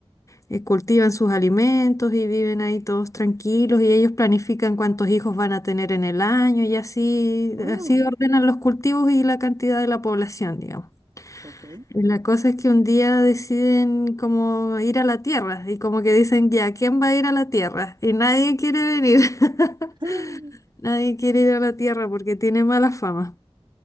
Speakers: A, on the left; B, on the right.
A: eh, cultivan sus alimentos y viven ahí todos tranquilos y ellos planifican cuántos hijos van a tener en el año y así,
B: oh,
A: así ordenan los cultivos y la cantidad de la población, digamos.
B: ok.
A: Y La cosa es que un día deciden como ir a la tierra y como que dicen, ya, ¿quién va a ir a la tierra? Y nadie quiere venir. <laughs>
B: <laughs>
A: Nadie quiere ir a la tierra porque tiene mala fama.